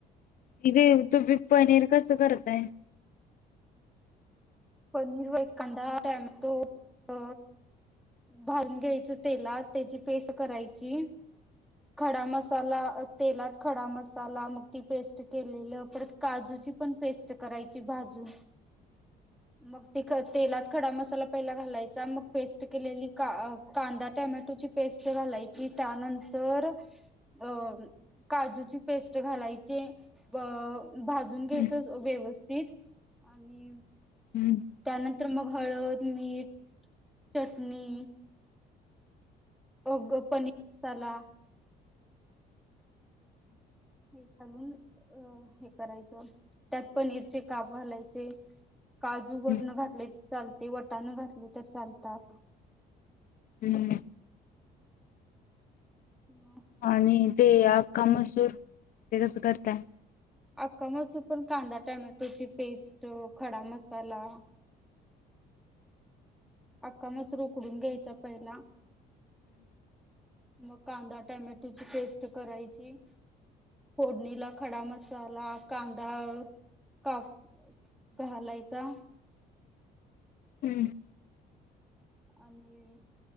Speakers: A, on the left (about 55°); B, in the centre.
A: दिदे तूबी पनीर कस कस करताय
B: पनीर व एक कांदा टॅमॅटो अ भाजून घ्यायच तेलात त्याची पेस्ट करायची खडा मसाला तेलात खडा मसाला मग ती पेस्ट केलेलं परत काजूची पण पेस्ट करायची भाजून मग ते ख तेलात खडा मसाला पहिला घालायचा मग पेस्ट केलेली का कांदा टमॅटोची पेस्ट घालायची त्यानंतर अ काजूची पेस्ट घालायची भाजून घ्यायच
A: हम्म.
B: व्यवस्थित आणि
A: हम्म
B: नंतर मग हळद मीठ चटणी अगं पनी चला हे घालून अ हे करायचं त्यात पनीरचे काप घालायचे काजू
A: हम्म.
B: वरण घातले चालते वटाण घातले तर चालतात
A: हम्म
B: हम्
A: आणि ते अख्खा मसूर ते कसं करताय?
B: आख्खा मसूर पण कांदा टमॅटोची पेस्ट खडा मसाला आख्खा मसुर उकडून घ्यायचा पहिला. मग कांदा टमॅटोची पेस्ट करायची. फोडणीला खडा मसाला, कांदा अ काप घालायचा.
A: हम्म.
B: आणि